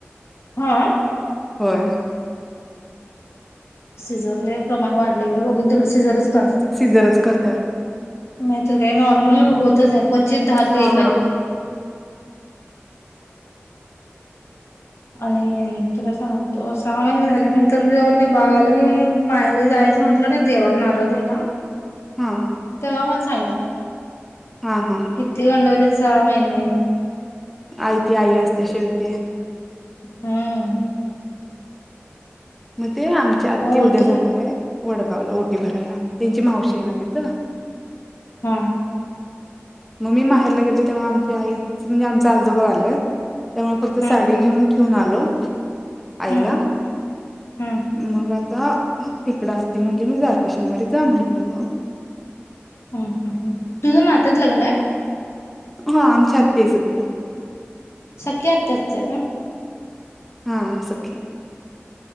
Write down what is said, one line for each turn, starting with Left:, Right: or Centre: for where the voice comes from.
Left: हा
Centre: होय.
Left: सिझर लई प्रमाण वाढले गं बाई बघिल तिकडं सिझरच <unintelligible> नाही
Centre: सिजरच करत्यात
Left: तर काय नॉर्म नॉर्मल होतच नाही. क्वचि चित दहातली
Centre: हा
Left: एखादी
Centre: हा
Left: बाई. आणि तुला सांगतो सहा महिने झाल्यानंतर जाऊन बाळाला घेऊन माहेर जायचं म्हटलं ना देवाला नारळ द्यायला
Centre: हा.
Left: तेव्हा मला सांगितल ती.
Centre: हा हा
Left: किती गडवंलीत सहा महिने.
Centre: आई ती आई असते शेवटी.
Left: हम्म.
Centre: मग ते आमच्या आत्ती
Left: मोठी
Centre: उद्या जाणार आहे. वडगावला ओटी भरायला. त्यांची मावशी आहे ना तिथं.
Left: हम्म.
Centre: मग मी माहेरला गेलोतो तेव्हा आमच्या आईच म्हणजे आमचं आजोबा वारल्यात. त्यामुळे फक्त
Left: हम्म
Centre: साडी घेऊन ठेऊन आलो आईला.
Left: हम्म हम्म
Centre: मग आता इकडं आत्ति म्हणली मी जाते शनिवारी जा म्हटलं मग.
Left: हम्म हम्म हम्म. तूझं नात्यात लग्न आहे?
Centre: हा आमची आत्ती हाय सख्खी.
Left: सख्या आत्ताचं हाय व्हय.
Centre: हा सख्या.